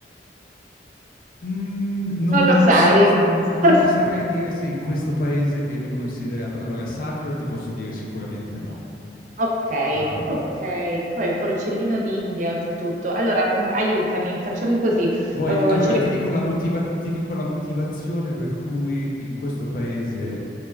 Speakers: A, on the left; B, on the right.
A: Mm, non,
B: Non lo
A: non
B: sai.
A: so, non, non
B: <laughs>
A: ti saprei dire se in questo paese viene considerato... Allora, sacro ti posso dire sicuramente no.
B: Ok,
A: Sacro no.
B: ok. Poi il porcellino d'India, oltretutto. Allora, mm, aiutami, facciamo così. eh,
A: Vuoi- allora,
B: cerchiamo
A: ti dico la motiva- ti dico la motivazione per cui in questo paese